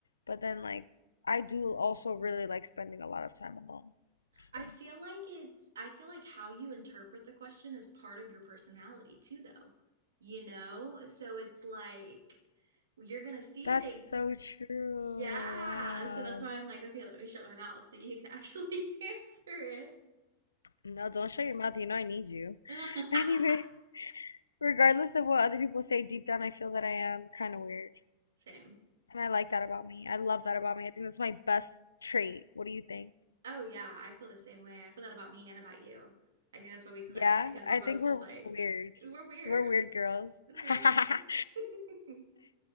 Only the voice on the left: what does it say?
but then like I do also really like spending a lot of time alone. So
that's
so true.
Wow.
No, don't shut your mouth. You know I need you.
<laughs> Anyways, regardless of what other people say, deep down I feel that I am kind of weird.
And I like that about me. I love that about me. I think that's my best trait. What do you think?
Yeah,
I
think we're
weird.
We're weird girls.
<laughs> I've